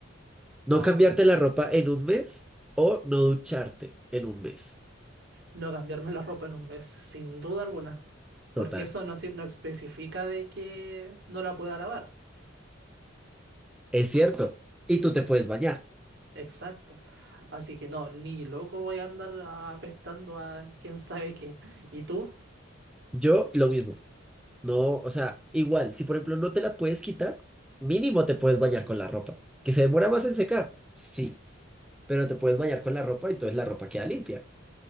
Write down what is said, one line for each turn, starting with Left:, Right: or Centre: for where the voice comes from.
Centre: No
Right: A
Centre: cambiarte
Right: ver,
Centre: la ropa en un mes o no ducharte en un mes.
Right: no cambiarme la ropa en un mes, sin duda alguna.
Centre: Total.
Right: Porque eso no, si- no especifica de que no la pueda lavar.
Centre: Es cierto. Y tú te puedes bañar.
Right: Exacto. Así que no, ni loco voy a andar apestando a quién sabe qué. ¿Y tú?
Centre: Yo lo mismo. No, o sea, igual, si por ejemplo no te la puedes quitar, mínimo te puedes bañar con la ropa. ¿Que se demora más en secar? Sí, pero te puedes bañar con la ropa y entonces la ropa queda limpia.